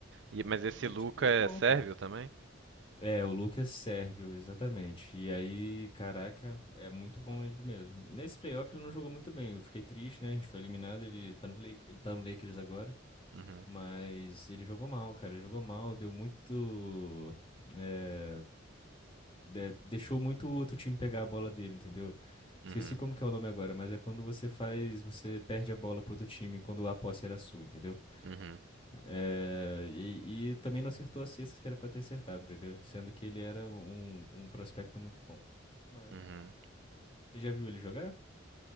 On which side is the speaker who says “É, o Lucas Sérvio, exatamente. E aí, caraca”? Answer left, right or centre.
Left